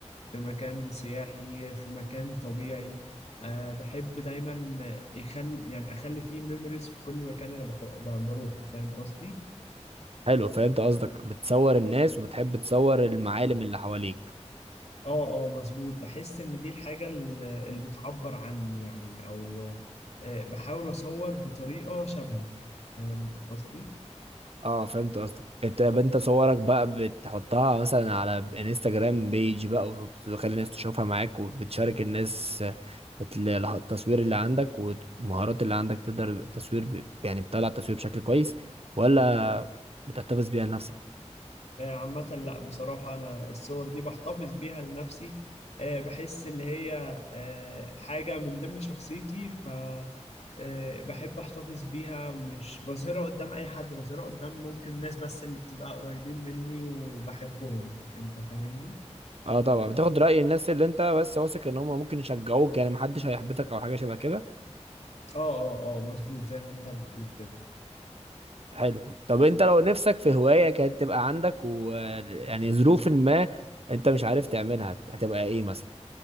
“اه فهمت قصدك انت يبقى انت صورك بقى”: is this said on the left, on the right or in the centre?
Right